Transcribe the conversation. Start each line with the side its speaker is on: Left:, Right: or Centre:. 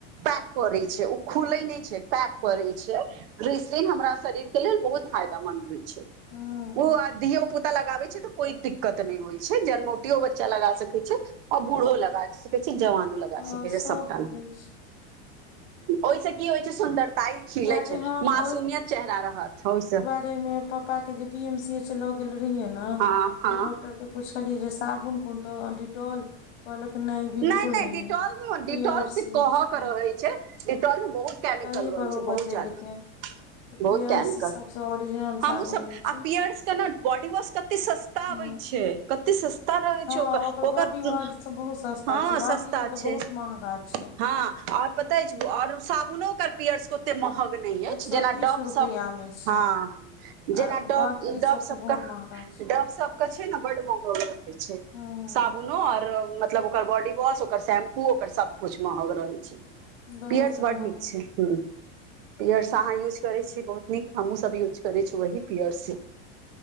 Right: पैक करै छै ओ खुले नहि छै पैक करे छै। ग्रीस हमरा शरीर के लेलऽ बहुत फायदामंन्द होई छै ओ
Left: हूं
Right: आ धियोपुता पता लगाबे छै तऽ कोई दिक्कत नहि होई छै जनमोटियो बच्चा लगा सकैत छै। आ बूढ़ो लगाब कऽ छै जवनो लगाब
Left: हँ
Right: सकै छै
Left: सबके
Right: सपटा
Left: दै छै
Right: ओहिसँ कि होई छै सुन्दरताई खिले
Left: कियाकि
Right: छै
Left: हम
Right: मासूमियत चेहरा रहत ओहिसँ
Left: मे पापा के जे पी एम सी एच ल गेल रहि ने
Right: हँ हँ
Left: तऽ डॉक्टर जे पुछलीए जे साबुन कोन तो डिटोल कहलक नहि बिल्कुल
Right: नाइ नाइ
Left: नहि
Right: डिटॉल मे
Left: पीयर्स
Right: डिटोल से
Left: यूज
Right: कह
Left: कर
Right: के रहै छै डिटोल मे बहुत केमिकल
Left: ताहि
Right: रहे
Left: पर
Right: छै
Left: ओ बतेलकै
Right: बहुत ज्यादा बहुत
Left: पीयर्स
Right: कैमिकल
Left: सबसँ ओरिजिनल
Right: हमहु
Left: साबुन
Right: सभ
Left: होइ छै
Right: आ पियरस के ने बॉडी वॉश कते सस्त सस्ता
Left: ह
Right: आबै छै कते सस्ता रहै
Left: हँ
Right: छै ओकर ओकर
Left: बॉडी वार्ड
Right: ह
Left: सब बहुत सस्ता छै बाकी
Right: सस्ता
Left: के तऽ
Right: छै
Left: बहुत महंगा छै
Right: ह आ पता अछि आओर साबुनो ओकर पियर्स के ओते महग नहि अछि
Left: एक
Right: जेना
Left: सौ तीस
Right: डॉव
Left: रुपैया
Right: सभ
Left: मे छै
Right: हा जेना
Left: आर
Right: डॉव
Left: बाकी
Right: डॉव
Left: सबके
Right: सभ
Left: बहुत
Right: के
Left: महंगा छै
Right: डॉव सभ के छै ने बड महग रहै छै
Left: हँ
Right: साबुन आर मतलब ओकर बॉडी वाश ओकर शैम्पू ओकर सभ कुछ महग रहय छै
Left: बहुत
Right: पियर्स बड़
Left: हँ
Right: नीक छै ह पियर्स
Left: हँ
Right: अहाँ यूज करे छी बहुत नीक हमहु सभ यूज करे छी वही पीयरसे